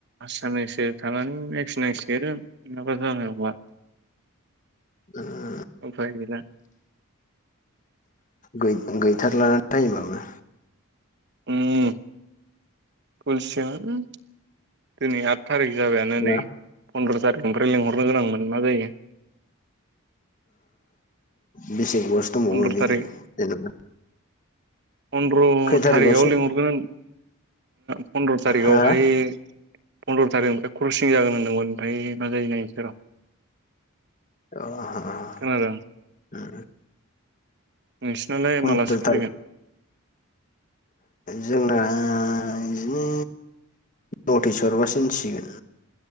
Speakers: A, on the right (about 50°); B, on the left (about 35°).
A: साननैसो थानानै नायफिननांसिगोनानो नङाबा जानाय नंला
B: उम
A: उफाय गैला
B: गै-गैथारला टाइमाबो
A: उम <unintelligible> दिनै आट थारिख जाबायानो
B: ना
A: नै
B: ओ
A: फन्द्र' थारिकनिफ्राय लिंहरनो गोनांमोन मा जायो
B: बिसे <unintelligible> मने
A: फन्द्र' थारिख
B: जेनेबा
A: फन्द्र'
B: खै थारिखआवसो
A: थारिखआव लिंहरगोन। फन्द्र' थारिखावहाय
B: हा
A: पन्द्र' थारिखनिफ्राय क्रसिं जागोन होनदोंमोन ओमफ्राय मा जायो नायनोसै र'
B: अ
A: खोनादों नोंसिनालाय
B: फन्द्र'
A: मालासो खुलिगोन
B: जोंना बिदिनो नटिस हरबासो मिथिसिगोन